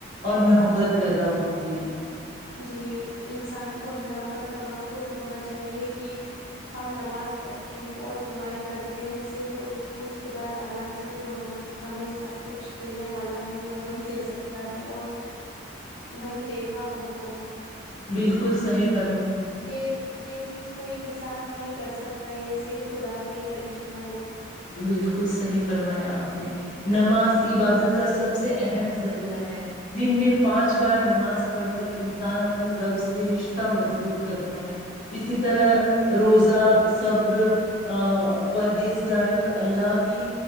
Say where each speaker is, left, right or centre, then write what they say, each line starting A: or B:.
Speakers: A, on the left; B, on the left.
A: اور محبت پیدا ہوتی ہے
B: جی انسان کو اللہ پر توکل ہونا چاہیے کہ ہم نماز پڑھتے ہیں اور دعائیں کرتے ہیں صرف اس خدا تعالی سے جو ہم ہمیں سب کچھ دینے والا ہے اور وہی دے سکتا ہے اور وہی د گ ہم کو <unintelligible>
A: بالکل صحی <unintelligible>
B: یہ یہ چیز کوئی انسان نہیں کر سکتی تا یہ صرف خدا کا ہی کرشمہ ہے
A: بالکل صحیح فرمایا آپ نے نماز عبادت کا سب سے اہم ذریعہ ہے دن میں پانچ بار نماز پڑھ کر انسان اپنے رب سے سے رشتہ مضبوط کرتا ہے اسی طرح
B: جی
A: روزہ سبر ا پہز گاری اور اللہ کی